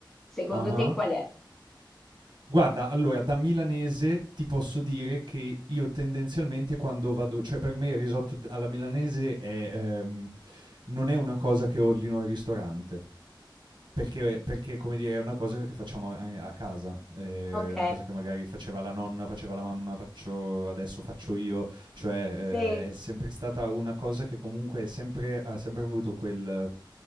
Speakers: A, in the centre; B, on the right.
A: Secondo
B: Ah-ah.
A: te qual è?
B: Guarda, allora da milanese ti posso dire che io tendenzialmente quando vado cioè per me il risotto d alla milanese è, ehm, non è una cosa che ordino al ristorante. Perché, perché, come dire, è una cosa che facciamo a a casa, è
A: Ok,
B: una cosa che magari faceva la nonna, faceva la mamma, faccio adesso faccio io, cioè
A: sì,
B: eh, è sempre stata una cosa che comunque è sempre, ha sempre avuto quel,